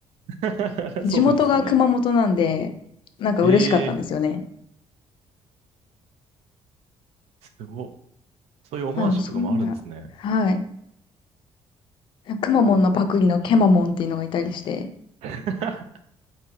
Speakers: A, on the right (about 75°); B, on the left (about 50°).
A: <laughs>
B: 地元が熊本なんで、
A: そうですよね。
B: なんか嬉しかったんですよね。
A: ええーすごっ。そういうオマージュとかもあるんですね。
B: まあでもそんな、はい。熊本のパクリのケマモンっていうのがいたりして、
A: <laughs>